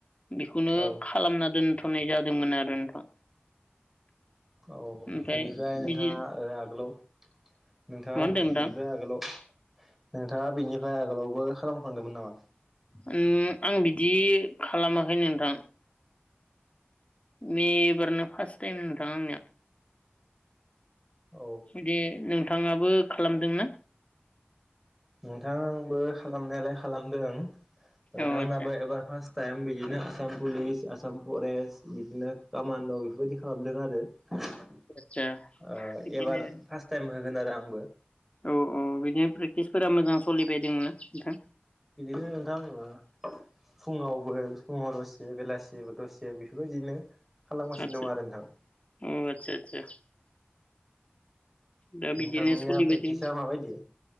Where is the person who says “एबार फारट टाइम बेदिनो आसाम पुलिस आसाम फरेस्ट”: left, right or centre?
Centre